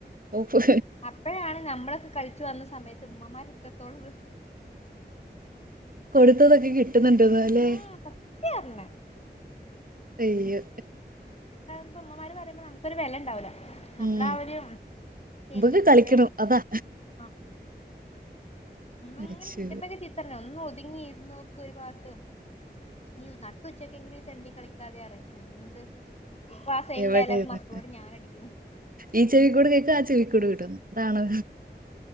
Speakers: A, on the right; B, on the left.
A: ഓഫ്
B: അപ്പഴാണ് നമ്മളൊക്കെ കളിച്ചു വന്ന സമയത്ത് ഉമ്മമാര് ഇത്രത്തോളം
A: കൊടുത്തതൊക്കെ കി കിട്ട്ന്ന്ണ്ട്ലെ
B: ആഹ് സത്യാ പറഞ്ഞെ
A: അയ്യോ
B: പ്പ ഉമ്മമാര് പറയ്മ്പോ നമക്കൊര് വെല ഉണ്ടാവില്ല നമ്മള്
A: ഉം
B: ആ ഒരു സ്റ്റേജിൽ
A: മുമ്പൊക്കെ
B: എത്തുമ്പഴാണ്
A: കളിക്കണം അതാ
B: ആ ഒന്ന
A: അശ്ശോ.
B: അങ്ങനെ ചിത്രന ഒന്ന് ഒതുങ്ങിയിന്ന് നോക്ക് ഒരു ഭാത്ത് ഈ നട്ട് ഉച്ചക്കെങ്കിലും ഈ തെണ്ടി കളിക്കാതെ റയും എന്ത് ഇപ്പൊ ആ സെയിം
A: എവിടെന്ന്
B: ഡയലോഗ് മക്കളോട് ഞാൻ അടിക്കുന്നു
A: ഈ ചെവി കൂടെ കേക്കും ആ ചെവി കൂടെ വിടും അതാണ്